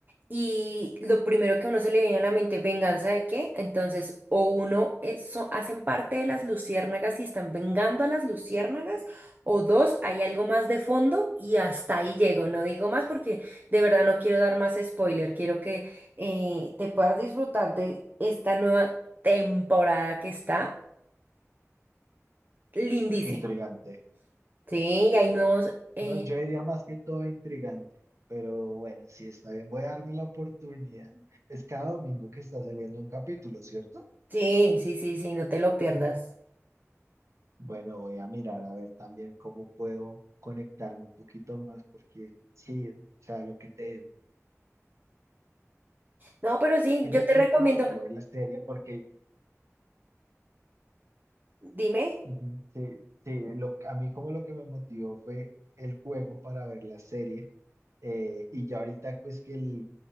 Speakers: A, on the right (about 35°); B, on the right (about 65°).
A: y lo primero que a uno se le viene a la mente, ¿venganza de qué? Entonces, o uno es- so- hacen parte de las luciérnagas y están vengando a las luciérnagas, o dos, hay algo más de fondo y hasta ahí llego, no digo más porque de verdad no quiero dar más spoiler, quiero que eh, te puedas disfrutar de esta nueva temporada que está lindísima.
B: Intrigante.
A: Sí, y hay nuevos. eh,
B: No, yo diría más que todo intrigante. Pero bueno, sí está bien, voy a darme la oportunidad. Es cada domingo que está saliendo un capítulo, ¿cierto?
A: sí, sí, sí, sí, no te lo pierdas.
B: Bueno, voy a mirar a ver también cómo puedo conectarme un poquito más, porque sí, o sea, lo que te
A: No, pero sí,
B: digo
A: yo te
B: fue
A: recomiendo.
B: el que me motivó a ver la serie, porque
A: Dime.
B: Ujú. sí, sí, lo, a mí como lo que me motivó fue el juego para ver la serie, eh, y ya ahorita pues que el,